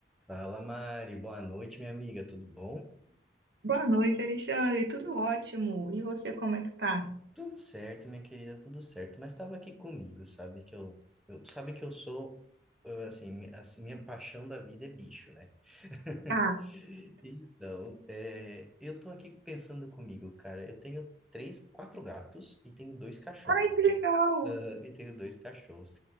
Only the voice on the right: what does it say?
Boa noite, Alexandre. Tudo ótimo. E você, como é que tá?
Ah,
ai, que legal!